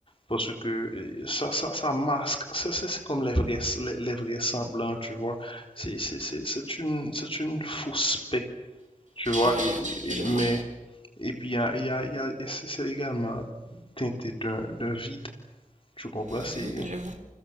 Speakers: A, on the left; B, on the right.
A: Parce que euh, ça, ça, ça masque, ça, c'est c'est comme les vrais, les, les vrais semblants, tu vois. C'est c'est- c'est- c'est une, c'est une fausse paix, tu vois.
B: Ouais, ouais,
A: et- et-
B: je
A: mais
B: vois.
A: et puis, il y a, il y a- il y a- c'est également teinté d'un d'un vide, tu comprends?
B: Mhm,
A: C'est
B: je vois.